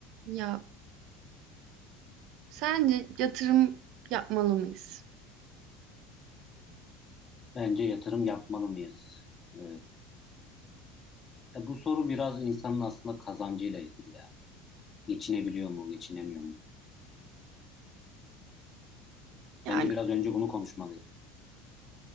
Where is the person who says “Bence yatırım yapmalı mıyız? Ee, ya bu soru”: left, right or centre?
Left